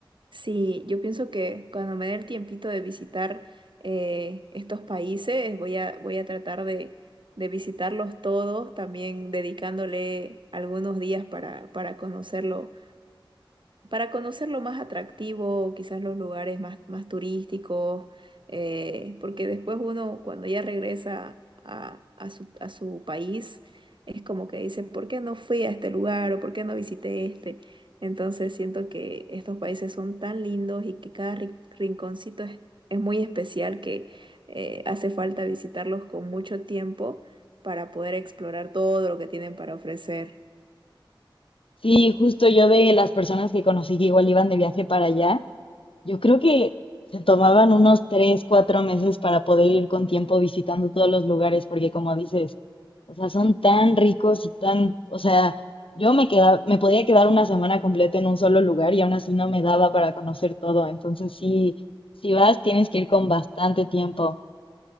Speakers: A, on the right; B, on the left.
A: Sí, yo pienso que cuando me dé el tiempito de visitar eh, estos países, voy a, voy a tratar de, de visitarlos todos, también dedicándole algunos días para, para conocerlo, para conocer lo más atractivo, quizás los lugares más, más turísticos, eh, porque después uno cuando ya regresa a, a su, a su país, es como que dice, ¿por qué no fui a este lugar o por qué no visité este? Entonces siento que estos países son tan lindos y que cada ri- rinconcito es, es muy especial que eh, hace falta visitarlos con mucho tiempo para poder explorar todo lo que tienen para ofrecer.
B: Sí, justo yo de las personas que conocí que igual iban de viaje para allá. Yo creo que se tomaban unos tres, cuatro meses para poder ir con tiempo visitando todos los lugares, porque como dices, o sea, son tan ricos y tan, o sea, yo me quedaba, me podía quedar una semana completa en un solo lugar y aún así no me daba para conocer todo. Entonces sí, si vas, tienes que ir con bastante tiempo.